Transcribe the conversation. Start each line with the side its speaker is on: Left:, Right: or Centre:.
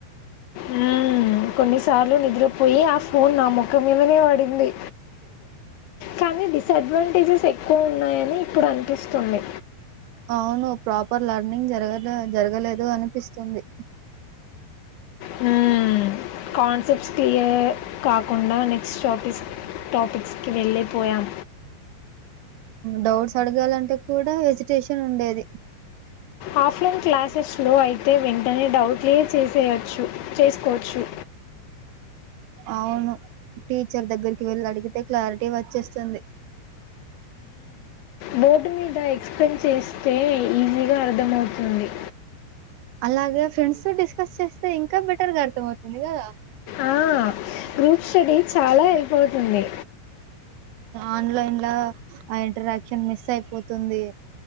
Left: హ్మ్ కొన్నిసార్లు నిద్రపోయి ఆ ఫోన్ నా ముఖం మీదనే పడు తుంది కానీ డిసెడ్వం టేజెస్ ఎక్కువ ఉన్నాయని ఇప్పుడు అనిపిస్తుంది
Right: అవును ప్రాపర్ లర్నింగ్ జరగ జరగలేదు అనిపిస్తుంది
Left: హూ కాన్సెప్ట్స్ క్లియర్ కాకుండా నెక్స్ట్ టాపిస్ టాపిక్స్కి వెళ్ళిపోయాం
Right: డౌట్స్ అడగాలంటే కూడా ఎజిటేషన్ ఉండేది
Left: ఆఫ్లైన్ క్లాసెస్లో అయితే వెంటనే డౌట్ క్లియర్ చేసేయచ్చు చేసుకోవచ్చు
Right: అవును టీచర్ దగ్గరికి వెళ్ళి అడిగితే క్లారిటీ వచ్చేస్తుంది
Left: బోర్డు మీద ఎక్స్ప్లెయిన్ చేస్తే ఈజీగా అర్థమవుతుంది
Right: అలాగే ఫ్రెండ్స్ తో డిస్కస్ చేస్తే ఇంకా బెటర్గా అర్థమవుతుంది కదా
Left: ఆ గ్రూప్ స్టడీ చాలా హెల్ప్ అవుతుంది
Right: ఆన్లైన్ లో ఆ ఇంటరాక్షన్ మిస్ అయిపోతుంది